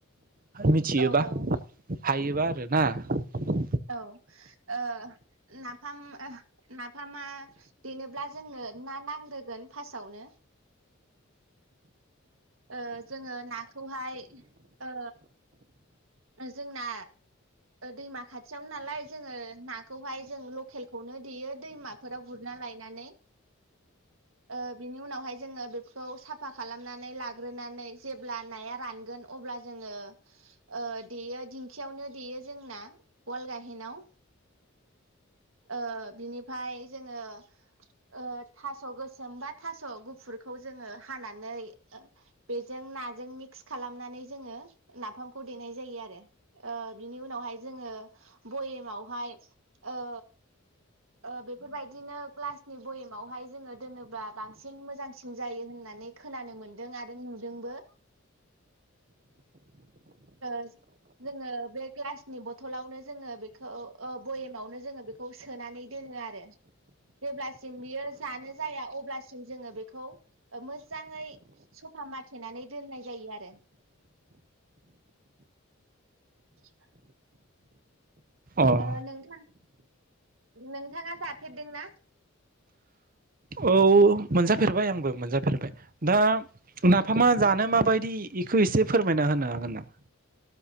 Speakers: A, on the right (about 45°); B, on the right (about 70°).
A: मिथियोबा
B: औ औ
A: हायोबा। <unintelligible>
B: औ ओ नाफाम ओ नाफामा देनोब्ला जोंनो ना नांग्रोगोन फार्स्टआवनो। ओ जोङो नाखौहाय ओ जोंना दैमा खाथियावनो नालाय जोङो नाखौहाय जों लकेलखौनो देयो दैमाफोराव गुरना लायनानै ओ बिनि उनावहाय जोङो बेखौ साफा खालामनानै लाग्रोनानै जेब्ला नाया रानगोन अब्ला जोङो ओ देयो दिंखियावनो देयो जोंना वाल गाहेनाव ओ बिनिफ्राय जोङो ओ थास गोसोम बा थास गुफुरखौ जोङो हानानै बेजों नाजों मिक्स खालामनानै जोङो नाफाम खौ देनाय जायो आरो ओ बिनि उनावहाय जोङो भयेमावहाय ओ ओ बेफोरबायदिनो ग्लासनि बयेमावहाय जोङो दोनोब्ला बांसिन मोजांसिन जायो होननानै खोनानो मोनदों आरो नुदोंबो ओ जोङो बे ग्लासनि बथलावनो जोङो बेखौ ओ बयेमावनो जोङो बेखौ सोनानै दोनो आरो जेब्लासिम बियो जानो जाया अब्लासिम जोङो बेखौ मोजाङै सफा माथेनानै दोननाय जायो आरो <inaudible>
A: अ
B: ओ नोंथां नोंथाङा जाफेरदोंना
A: औ मोनजाफेरबाय आंबो मोनजाफेरबाय दा नाफामा जानो माबायदि बेखौ एसे फोरमायना होनो हागोन नामा?